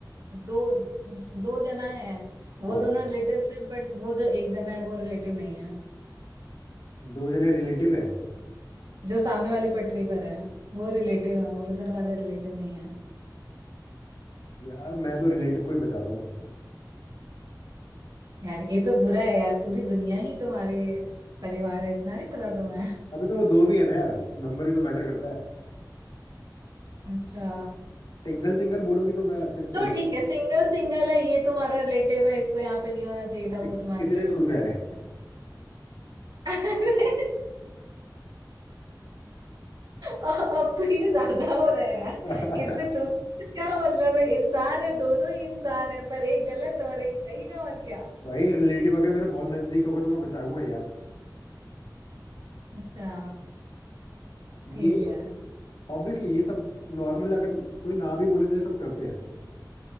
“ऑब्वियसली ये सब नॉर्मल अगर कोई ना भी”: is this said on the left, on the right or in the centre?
Left